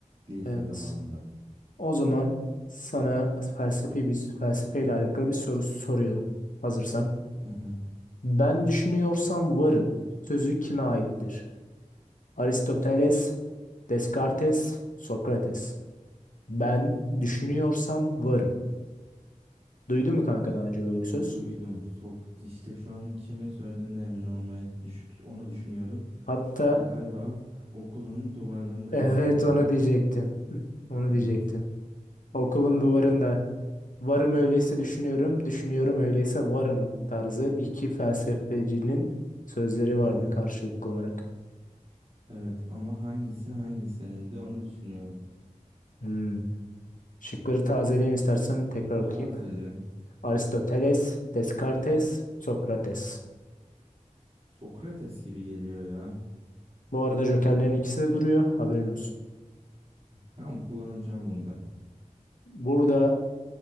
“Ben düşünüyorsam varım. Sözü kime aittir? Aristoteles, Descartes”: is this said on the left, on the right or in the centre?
Left